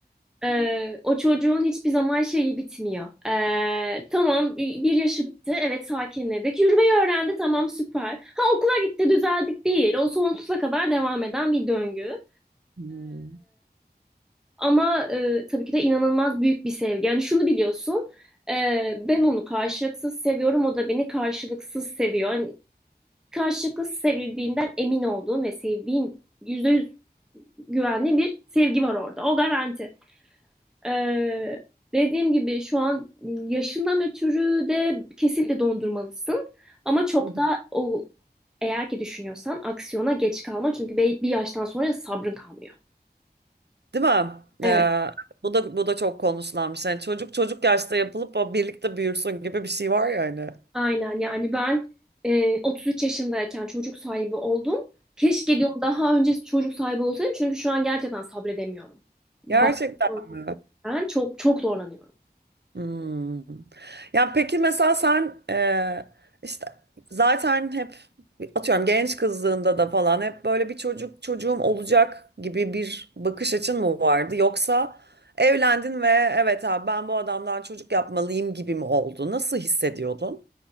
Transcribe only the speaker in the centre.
Ee, o çocuğun hiçbir zaman şeyi bitmiyor. Ee, tamam bir bir yaşı bitti. Evet sakinledik. Yürümeyi öğrendi. Tamam süper. Ha okula gitti düzeldik değil. O sonsuza kadar devam eden bir döngü.
Ama e, tabii ki de inanılmaz büyük bir sevgi. Yani şunu biliyorsun, e, ben onu karşılıksız seviyorum, o da beni karşılıksız seviyor. Yani karşılıksız sevildiğinden emin olduğum ve sevdiğim yüzde yüz güvenli bir sevgi var orada. O garanti. E, dediğim gibi şu an yaşından ötürü de kesinlikle dondurmalısın. Ama çok
da o eğer ki düşünüyorsan aksiyona geç kalma çünkü bir bir yaştan sonra sabrın kalmıyor.
Evet.
Aynen yani ben e, 33 yaşındayken çocuk sahibi oldum. Keşke diyorum daha önce çocuk sahibi olsaydım çünkü şu an gerçekten sabredemiyorum. Bakıyorum
Ben çok çok zorlanıyorum.